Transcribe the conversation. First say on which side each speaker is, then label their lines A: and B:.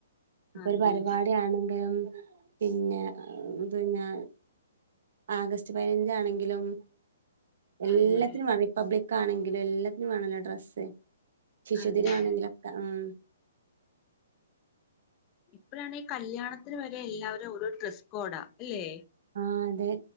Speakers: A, on the right; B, on the left.
A: ഇപ്പൊ
B: അതെ
A: ഒരു പരിപാടിയാണെങ്കിലും പിന്നെ പിന്നെ ആഗസ്റ്റ് പതിനഞ്ചാണെങ്കിലും എല്ലാത്തിനും
B: അതെ അതെ
A: റിപ്പബ്ലിക് കാണെങ്കിലും എല്ലാത്തിനും വേണല്ലോ ഡ്രസ്
B: അതെ
A: ശിശുദിനാണെങ്കിലൊക്കെ
B: അതെ
A: ആഹ്
B: ഇപ്പഴാണെ കല്യാണത്തിന് വരെ എല്ലാവരും ഓരോ ഡ്രസ്സ് കോടാ അല്ലെ
A: ആ അതെ